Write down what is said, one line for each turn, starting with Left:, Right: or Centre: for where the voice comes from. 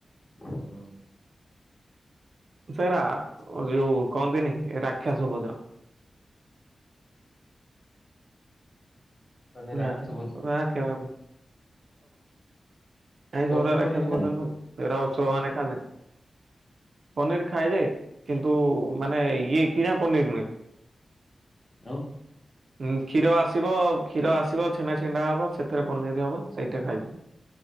Left: ହୁଁ।
Right: ସେରା ଯୋଉ କହନ୍ତିନି ରାକ୍ଷସ ଭୋଜନ।
Left: ମାନେ
Right: <inaudible> ଆଉ
Left: ରାକ୍ଷସ ଭୋଜି
Right: କଁ ଆଇଁଷ
Left: ପନିର
Right: ଗୁରା
Left: ଫନିର
Right: ରାକ୍ଷସ
Left: ଖାଆନ୍ତି
Right: ଭୋଜନ ନୁହେଁ କି। ଅସୁର ମାନେ ଖାଆନ୍ତିନି। ପନିର୍ ଖାଏ ଯେ କିନ୍ତୁ ମାନେ ଇଏ କିଣା ପନିର୍ ନୁହେଁ।
Left: ଆଉ?
Right: ଉଁ କ୍ଷୀର ଆସିବ କ୍ଷୀର ଆସିବ ଛେନା ଛିଣ୍ଡା ହବ ସେଥିରେ ପନିର ହବ ସେଇଟା ଖାଇବୁ।